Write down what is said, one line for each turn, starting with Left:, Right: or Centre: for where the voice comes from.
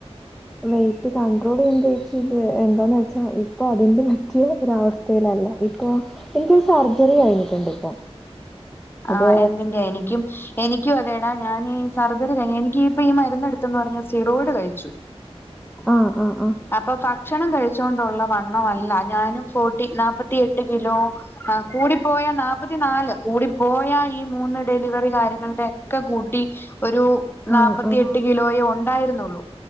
Centre: വെറ്റ് കണ്ട്രോൾ ചെയ്യുന്നത് വച്ചത് എന്താന്ന് വെച്ചാ ഇപ്പൊ അതിന്റെ പറ്റിയ ഒരവസ്ഥ യിലല്ല ഇപ്പൊ എനിക്കരു സർജറി കഴിഞ്ഞിട്ടുണ്ട് ഇപ്പൊ അത്
Left: ആഹ് എന്തിന്റെ എനിക്കും എനിക്കും അതേടാ ഞാനീ സർജറി കഴിഞ്ഞ എനിക്ക് ഇപ്പ ഈ മരുന്ന് എടുത്തന്ന് പറഞ്ഞ സ്റ്റിറോയ്ഡ് കഴിച്ചു
Centre: അഹ് അഹ് ആഹ്
Left: അപ്പൊ ഭക്ഷണം കഴിച്ചോണ്ടുള്ള വണ്ണംമല്ല ഞാനും ഫോർട്ടി നാല്പ്പത്തി എട്ട് കിലോ ആഹ് കൂടിപ്പോയ നാല്പ്പത്തി നാല് കൂടിപ്പോയ ഈ മൂന്ന് ഡെലിവറി കാര്യങ്ങളുടെ ഒക്കെ കൂട്ടി ഒരു നാപ്പത്തിയെട്ട്
Centre: ആഹ് ആഹ് ആഹ്
Left: കിലോയേ ഉണ്ടായിരുന്നുള്ളൂ